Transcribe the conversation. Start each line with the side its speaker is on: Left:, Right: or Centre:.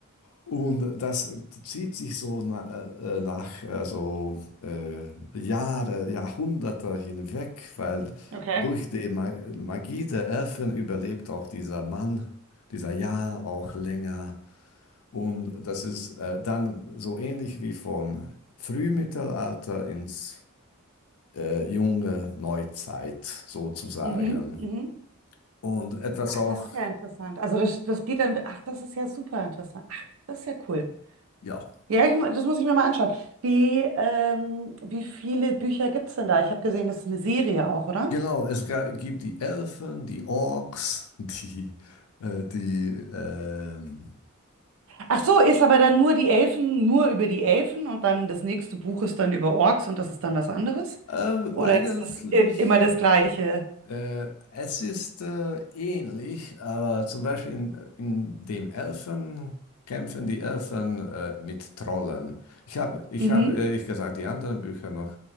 Left: Und das zieht sich so na, äh, äh, nach also, äh, Jahre, Jahrhunderte hinweg, weil
Right: Okay.
Left: durch die Ma Magie der Elfen überlebt auch dieser Mann, dieser Jarl auch länger. Und das ist äh, dann so ähnlich wie vom Frühmittelalter ins äh, junge Neuzeit sozusagen.
Right: Mhm. Mhm.
Left: Und etwas auch,
Right: Das ist ja interessant. Also das, das geht dann, ach, das ist ja super interessant. Ach, das ist ja cool.
Left: ja.
Right: Ja, ich, mu- das muss ich mir mal anschauen. Wie, ähm, wie viele Bücher gibt es denn da? Ich habe gesehen, das ist eine Serie auch, oder?
Left: Genau, es ga- gibt die Elfen, die Orks, <laughs> die, äh, die ähm,
Right: Ach so, ist aber dann nur die Elfen, nur über die Elfen und dann das nächste Buch ist dann über Orks und das ist dann was anderes?
Left: äh,
Right: Oder
Left: eigentlich,
Right: ist das i- immer das Gleiche?
Left: äh, es ist äh, ähnlich, aber zum Beispiel in, in dem Elfen kämpfen die Elfen äh, mit Trollen. Ich habe, ich
Right: Mhm.
Left: habe ehrlich gesagt die anderen Bücher noch